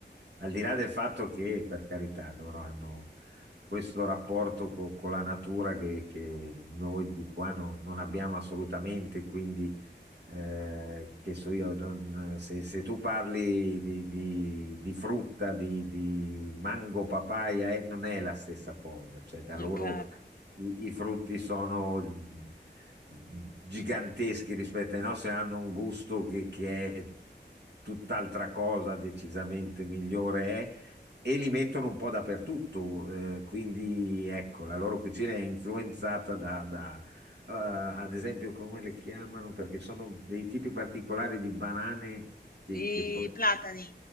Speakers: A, on the right; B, on the left.
A: al di là del fatto che, per carità, loro hanno questo rapporto co- con la natura che, che noi di qua no- non abbiamo assolutamente, quindi eh, che so io, non- se, se tu parli di, di- di frutta, di, di mango, papaya, eh, non è la stessa cosa, cioè da loro
B: Ok.
A: i, i frutti sono mm, giganteschi rispetto ai nostri, hanno un gusto che, che è tutt'altra cosa, decisamente migliore eh e li mettono un po' dappertutto, eh, quindi ecco, la loro cucina è influenzata da, da, eh, ad esempio, come le chiamano, perché sono dei tipi particolari di banane che,
B: I
A: che poi...
B: platani.